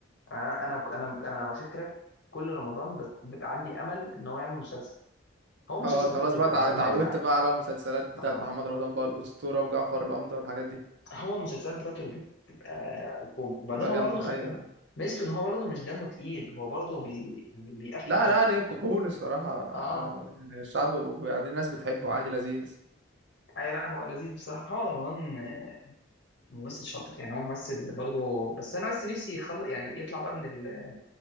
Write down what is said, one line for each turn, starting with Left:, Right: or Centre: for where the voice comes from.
Left: انا انا انا انا على فكره كل رمضان بت... بت... عندي امل ان هو يعمل مسلسل هو مسلسل
Right: اه خلاص
Left: بتاع اللي
Right: بقى
Left: بيبقى
Right: اتع-
Left: بوم
Right: اتعودت
Left: يا جدعان
Right: بقى على مسلسلات بتاعت
Left: اه
Right: محمد رمضان بقى الأسطورة وجعفر العمدة والحاجات دي
Left: هو المسلسلات بتاعته اللي بتبقى بوم وبعدين
Right: تبقى
Left: هو
Right: جامدة
Left: برضه خد
Right: ايوه
Left: بالك
Right: أيوة.
Left: ميزته ان هو برضه مش دمه تقيل هو برضه بي... يعني بيقفل
Right: لا
Left: حلو
Right: لا عليه قبول الصراحة آه،
Left: اه
Right: يعني الشعب وبعدين الناس بتحبه عادي لذيذ
Left: اي لا هو لذيذ بصراحه محمد رمضان آه، ممثل شاطر يعني هو ممثل برضه بس انا بس نفسي يخلص يعني يطلع بقى من ال...